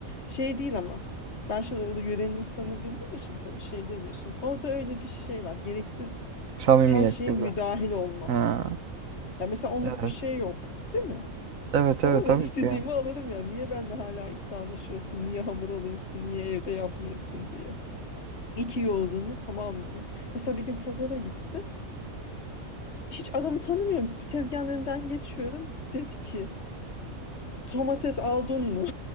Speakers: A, on the left; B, on the right.
A: Şey değil ama ben şimdi orada yörenin insanını bildiğim için tabii şey demiyorsun. Orada öyle bir şey var gereksiz
B: Samimiyet
A: her şeye
B: gibi.
A: müdahil olma.
B: Ha.
A: Ya mesela onluk
B: Evet.
A: bir şey yok, değil mi?
B: Evet
A: Sana
B: evet tabii
A: da istediğimi
B: ki.
A: alırım ya. Niye benimle hala iddialaşıyorsun? Niye hamur alıyorsun? Niye evde yapmıyorsun diye. İki yoğurdun mu? Tamam diyor. Mesela bir gün pazara gittim. Hiç adamı tanımıyorum. Tezgahın önünden geçiyorum. Dedi ki domates aldın mı?